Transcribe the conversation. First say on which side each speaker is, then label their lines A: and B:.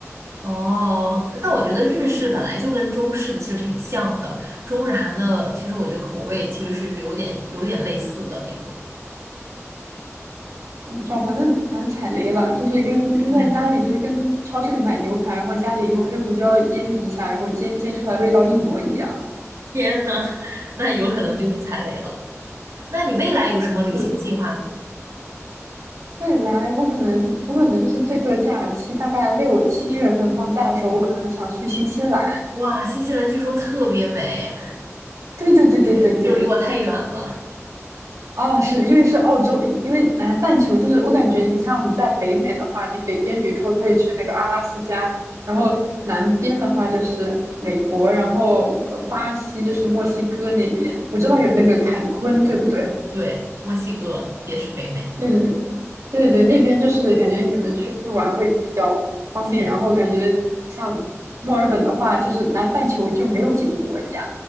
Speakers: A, on the right; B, on the right.
A: 哦，但我觉得日式本来就跟中式的其实挺像的，中日韩的其实我觉得口味其实是是有点有点类似的那种。
B: 我不知道，反正反正踩雷了，就是跟跟在家里，
A: 嗯，
B: 就是跟超市里买牛排，然后家里用黑胡椒腌一下，然后煎煎出来味道一模一样。
A: 天呐，<laughs> 那有可能就是踩雷了。那你未来有什么旅行计划吗？
B: 是的，未来我可能我可能就是这个假期大概六七月份放假的时候，我可能想去新西兰。
A: 哇，新西兰据说特别美，
B: 对对对对对对，
A: <laughs> 就离我太远了。
B: 啊，是因为是澳洲，因为南半球就是我感觉你像你在北美的话，你北边比如说可以去那个阿拉斯加，然后南边的话就是美国，
A: 对
B: 然后呃巴西就是墨西哥那边，我知道有那个坎昆，
A: 对
B: 对不对？
A: 嗯对，墨西哥也是北美，
B: 对对对对对对，那边就是感觉你们去玩会比较方便，
A: 近。
B: 然后感觉像墨尔本的话，就是南半球就没有几个国家，